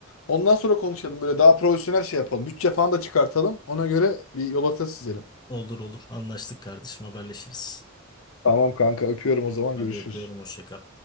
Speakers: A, on the left; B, on the left.
A: Ondan sonra konuşalım böyle daha profesyonel şey yapalım. Bütçe falan da çıkartalım. Ona göre bir yol haritası çizelim.
B: Olur olur anlaştık kardeşim haberleşiriz.
A: Tamam kanka öpüyorum o zaman
B: Hadi
A: görüşürüz.
B: öpüyorum hoşça kal.